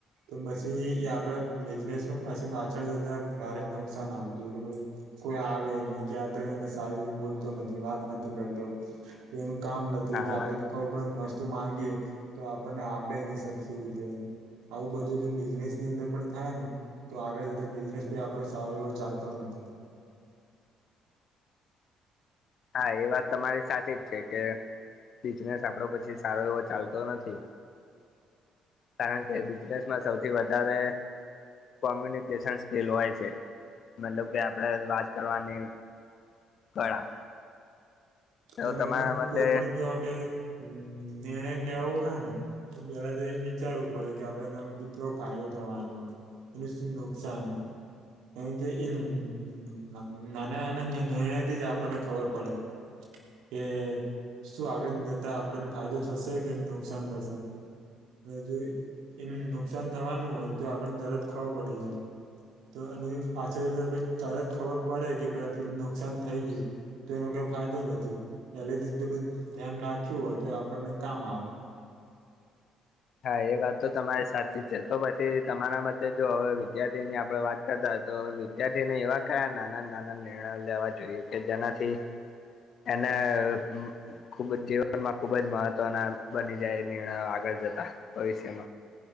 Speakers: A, on the right; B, on the left.
A: તો પછી એ આપડે બિઝનેસમાં પછી પાછળ જતા ભારે નુકસાન આવતું કે ભઈ કોઈ આવે નઈ ક્યાં તો એને સારી રીતે બોલતો નથી વાત નથી કરતો એનું કામ નથી
B: હા
A: કે આપડે કોઈ પણ વસ્તુ માંગીએ તો આપણને આપે નઈ સરખી રીતે એને આવું બધું જેમ બિઝનેસની અંદર પણ થાય ને તો આગળ જતા બિઝનેસ બી આપડો સારો એવો ચાલતો નથી.
B: હા એ વાત તમારી સાચી જ છે કે બિઝનેસ આપડો પછી સારો એવો ચાલતો નથી. કારણ કે બિઝનેસમાં સૌથી વધારે કોમ્યુનિકેશન્સ સ્કિલ હોય છે મતલબ કે આપડે વાત કરવાની કળા તો
A: અને પાછુ
B: તમારા મતે
A: કોઈ પણ જો આપડે નિર્ણય લેવો હોય ને તો પેલા તો એ જ વિચારવું પડે કે આપડે એનામથી કેવો ફાયદો થવાનો હે એનું શું નુકસાન હે કારણ કે એ નાના નાના નિ નિર્ણયથી જ આપણને ખબર પડે કે શું આગળ જતા આપડાને ફાયદો થશે કે નુકસાન થશે. તો જો એન નુકસાન થવાનું હોય તો આપડને તરત ખબર પડી જાય. તો એને એમ પાછળ <unintelligible> તરત ખબર પડે કે ભઈ આટલું બધુ નુકસાન થયુ છે તો એનો કોઈ ફાયદો નથી પહેલે થી જો બધુ ધ્યાન રાખ્યું હોય તો એ આપણને કામ આવે.
B: હા એ વાત તો તમારી સાચી છે. તો પછી તમારા મતે જો હવે વિદ્યાર્થીની આપણે વાત કરતા હોય તો વિ દ્યાર્થીને એવા કયા નાના નાના નિર્ણયો લેવા જોઈએ કે જેનાથી એને અહમ અ ખુબ જ જીવનમાં ખુબ જ મહત્વના બની જાય એ નિર્ણયો આગળ જતા ભવિષ્યમાં.